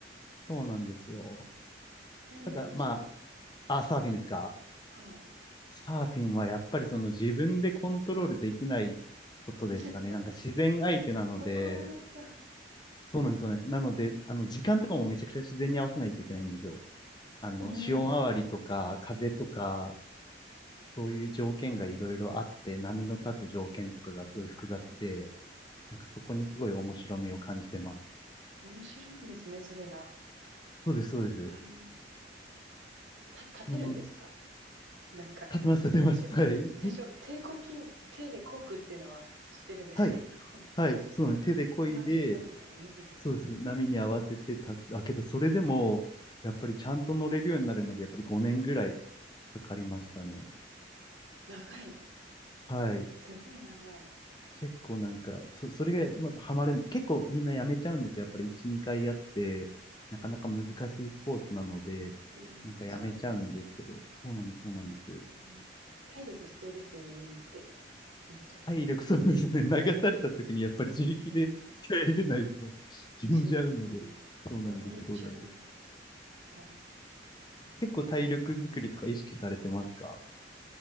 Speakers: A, on the left; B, on the right.
A: そうなんですよ。
B: け何が楽しいですかはい。
A: ただ、まあ、あ、サーフィンですか
B: はい。
A: サーフィンはやっぱりその自分でコントロールできないことですかね。
B: <laughs>
A: なんか自然相手なので、
B: そこなんだ。
A: そうなんですよね。なので、あの、時間とかもめちゃくちゃ自然に合わせないといけないんですよ。あの、
B: うん。
A: 潮回りとか、風とか、
B: うん
A: そういう条件がいろいろあって、波の立つ条件とかがすごい複雑で、
B: すごい。
A: なんかそこにすごい面白みを感じてます。
B: 面白いんですね、それが。
A: そうです、そうです。
B: はい。た、立てるんですか
A: あの、
B: <laughs> なんか、
A: 立てます、立てます。
B: なんでしょう。
A: はい。
B: 最初、手こき、手でこくっていうのは知ってるんですけど、
A: はい。はい。そうね。手で漕いで、
B: <laughs> その後立つのがむずいみたい。
A: そうです。波に合わせて立つ。あ、けど、それでも、やっぱりちゃんと乗れるようになるまで、やっぱり5年ぐらいかかりましたね。
B: 長い。
A: はい。
B: すごい長い。
A: 結構なんか、そ、それが、まあ、ハマれる結構みんなやめちゃうんですよ。やっぱり1、2回やって、なかなか難しいスポーツなので、
B: うん、うん、
A: なんかやめちゃうんですけど、
B: 疲れますし。
A: そうなんです、そうなんです。
B: うん、体力必要ですよね、海って。めっちゃ。
A: 体力、そうで <laughs> すね。流された時にやっぱり自力で
B: うん。うん。
A: <laughs> 帰れないと死んじゃうので、
B: し、
A: そうなんです、
B: 溺れちゃう
A: そうなんです。
B: から。うん
A: 結構体力作りとか意識されてますか